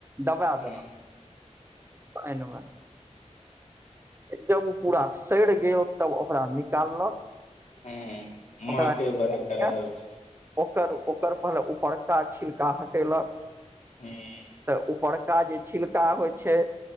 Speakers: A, on the right; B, on the left.
A: दबा
B: महकै
A: दबा पइन में जब ओ पूरा सड़ गेल तब ओकरा निकाललक
B: ह्म महके
A: ओकरा
B: बङा खराब
A: के ओकर
B: हूँ
A: ओकर पर ऊपरका छिलका हटेलक
B: हूँ
A: तऽ ऊपरका जे छिलका होइ छै